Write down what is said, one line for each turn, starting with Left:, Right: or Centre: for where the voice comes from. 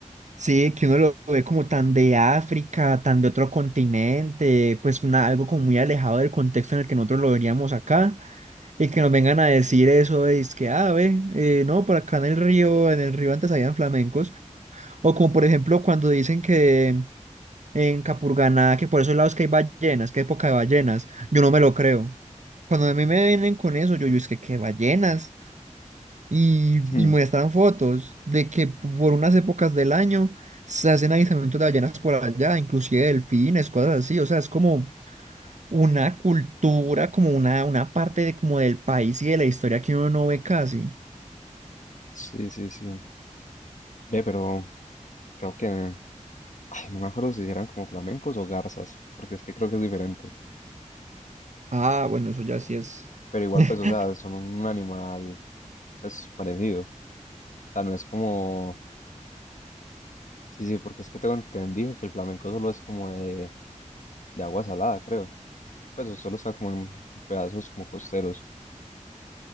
Right: Sí, que uno lo ve como tan de África, tan de otro continente, pues una- algo como muy alejado del contexto en el que nosotros lo veríamos acá, y que nos vengan a decir eso, es que, ah, ve, eh, no, por acá en el río, en el río antes habían flamencos, o como por ejemplo cuando dicen que en Capurganá, que por esos lados que hay ballenas, que hay época de ballenas. Yo no me lo creo. Cuando a mí me vienen con eso, yo, yo es que qué ballenas. Y,
Left: Hmm,
Right: y muestran fotos de que por unas épocas del año se hacen avistamientos de ballenas por allá, inclusive delfines, cosas así. O sea, es como una cultura, como una, una parte de, como del país y de la historia que uno no ve casi.
Left: Sí, sí, sí. Ve, pero creo que... Ay, no me acuerdo si eran como flamencos o garzas, porque es que creo que es diferente.
Right: Ah, bueno, eso ya sí es.
Left: Pero igual,
Right: <laughs>
Left: pues, o sea, son un animal, pues, parecido. O sea, no es como... Sí, sí, porque es que tengo entendido que el flamenco solo es como de, de agua salada, creo. Pues, o solo está como en pedazos como costeros.